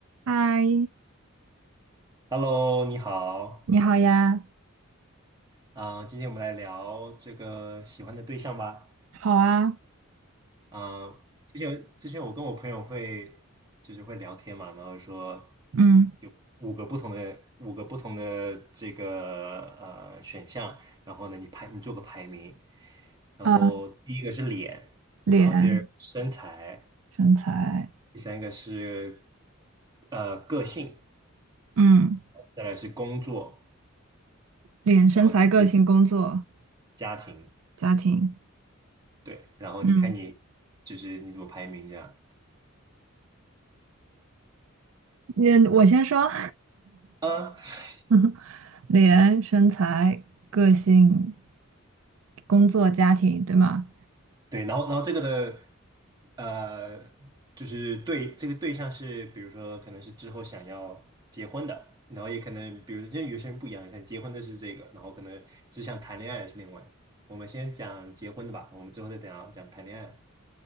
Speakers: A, on the right; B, on the right.
A: 嗨，
B: Hello，你好，
A: 你好呀，
B: 啊、今天我们来聊这个喜欢的对象吧。
A: 好啊，
B: 啊、之前之前我跟我朋友会就是会聊天嘛，然后说
A: 嗯
B: 有五个不同的五个不同的这个呃选项，然后呢你排你做个排名，然后第一个是脸，
A: 呃，脸、
B: 然后第二个是身材，
A: 身材、
B: 第三个是呃个性，
A: 嗯
B: 再来是工作，
A: 脸、身材、
B: 然后再来是
A: 个性、工作、
B: 家庭。
A: 家庭，
B: 对，然后你看你就是你怎么排名这样
A: 嗯那我先说，
B: 啊？<laughs>
A: <laughs> 脸、身材、个性、工作、家庭，对吗？
B: 对，然后然后这个的呃，就是对这个对象是，比如说可能是之后想要结婚的，然后也可能比如因为有些人不一样，可能结婚的是这个，然后可能只想谈恋爱的是另外。我们先讲结婚的吧，我们之后再讲讲谈恋爱。